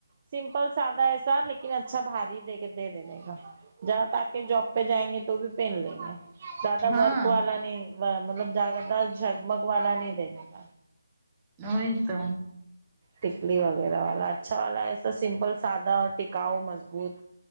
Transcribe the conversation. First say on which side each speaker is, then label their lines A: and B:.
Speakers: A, on the right; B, on the right.
A: سمپل سادہ ایسا لیکن اچھا بھاری دے کے دے دینے کا جذدا آ کے جاب پہ جائیں گے تو بھی پہن لیں گے زیادہ
B: ہاں
A: ورک والا نہیں مطلب زیادہ ت جگ بگ والا نہیں دنے گ
B: نہیں تو
A: ٹکلی وغیرہ والا اچھا والا ہے ا سمپل سادہ اور ٹکاؤ مضبوط